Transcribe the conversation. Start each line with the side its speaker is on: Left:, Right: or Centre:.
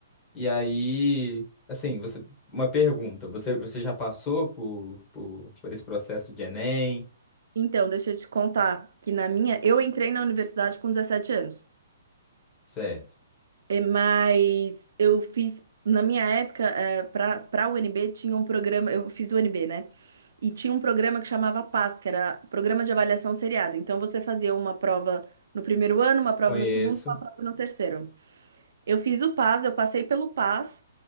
Left: E aí, assim, você, uma pergunta, você, você já passou por, por, por esse processo de Enem?
Right: Então, deixa eu te contar que na minha, eu entrei na universidade com 17 anos.
Left: Certo.
Right: É, Mas eu fiz, na minha época, é, para para a UNB tinha um programa, eu fiz UNB, né? E tinha um programa que chamava PAS, que era Programa de Avaliação Seriada. Então você fazia uma prova no primeiro ano, uma prova
Left: Conheço.
Right: no segundo, uma prova no terceiro. Eu fiz o PAS, eu passei pelo PAS,